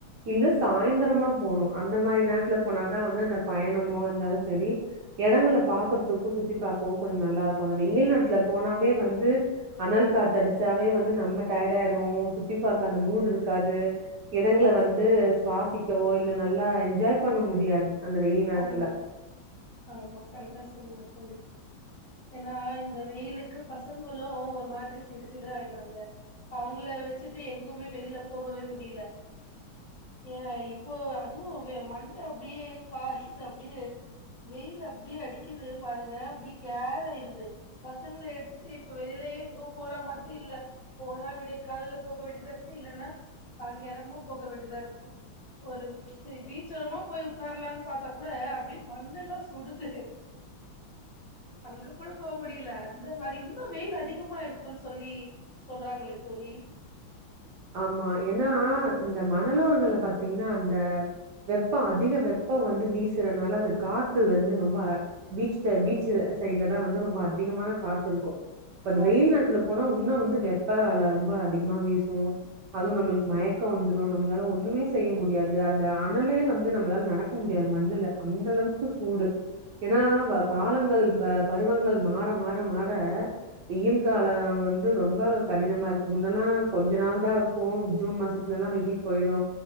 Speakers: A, on the right; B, on the left.
A: இல்ல
B: ம்
A: சாய்ந்தரமா போணு அந்த மாரி நேரத்துல போனாதா வந்து அந்த பயணமோ இருந்தாலு சரி எடங்கள பாக்கறதுக்கு சுத்தி பாக்கவு கொஞ்சோ நல்லாருக்கு அந்த வெயில் நேரத்ல போனாவே வந்து அனல் காத்தடிச்சாவே வந்து நம்ம டயர்டு ஆய்டுவோ சுத்தி பாக்க அந்த மூடு இருக்காது எடங்கள
B: ஆமா
A: வந்து சுவாசிக்கவோ இல்ல நல்லா என்ஜாய் பண்ண முடியாது அந்த வெயில் நேரத்துல
B: ஆமா ஆமா கரெக்டா சொன்னீங்க தோழி ஏனா இந்த வெயிலுக்கு பசங்களு ஒரு மாரி சிடு சிடு ஆய்ட்றாங்க அவங்கள வச்சிட்டு எங்குமே வெளில போகவே முடில ஏன் இப்போ அதுவு மண்ட அப்டியே காய்து அப்டியே வெயில் அப்டியே அடிக்குது பாருங்க அப்டி கேர் ஆயிருது பசங்கள எடுத்துட்டு இப்ப வெளிலயே எங்கு போற மாரி இல்ல போனா விடிய கால்ல போக வேண்டிதா இருக்கு இல்லன்னா சாயங்காலமா போக வேண்டிதா இருக்கு ஒரு செரி பீச்சோரமா போய் உக்காரலானு பாத்தா கூட அப்டியே மண்ணெல்லா சுடுது அங்க கூட போ முடில அந்த மாரி இன்னு வெயில் அதிகமா இருக்குன் சொல்லி சொல்றாங்களே தோழி
A: ஆமா ஏனா இந்த மணலோரங்கல பாத்தீங்கனா அந்த வெப்ப அதிக வெப்ப வந்து வீசறனால அந்த காத்து வந்து ரொம்ப பீச்ட பீச் சைட்ல தா வந்து ரொம்ப அதிகமான காத்துருக்கு இப்ப அந்த
B: ஆமா
A: வெயில் நேரத்துல போனா உன்னோ வந்து வெப்ப அல ரொம்ப அதிகமா வீசு அதுவு நம்ளுக்கு மயக்கோ வந்துரு நம்ளால ஒன்னுமே செய்ய முடியாது அந்த அனலே வந்து நம்மளால நடக்க முடியாது மண்ணுல அந்த அளவுக்கு சூடு ஏனா வ
B: ஆமா
A: காலங்கள் வ பருவங்கள் மாற மாற மாற வெயில் காலோ வந்து ரொம்ப கடினமா இருக்கு முன்னெல்லா கொஞ்சோ நாள் சூப்பரா இருக்கு ஜூன் மாசத்துலல்லா வெயில் போய்டு